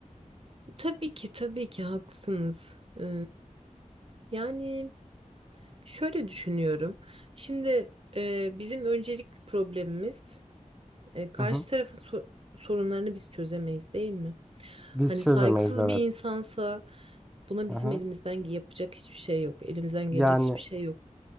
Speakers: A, on the right; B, in the centre.
A: tabii ki tabii ki haklısınız. Ee, yani şöyle düşünüyorum. Şimdi e, bizim öncelik problemimiz. E, karşı
B: Hı hı.
A: tarafın so- sorunlarını biz çözemeyiz değil mi?
B: Biz
A: Hani
B: çözemeyiz
A: saygısız
B: evet.
A: bir insansa buna
B: Hı
A: bizim
B: hı.
A: elimizden ge- yapacak hiçbir şey yok. Elimizden
B: Yani
A: gelecek hiçbir şey yok.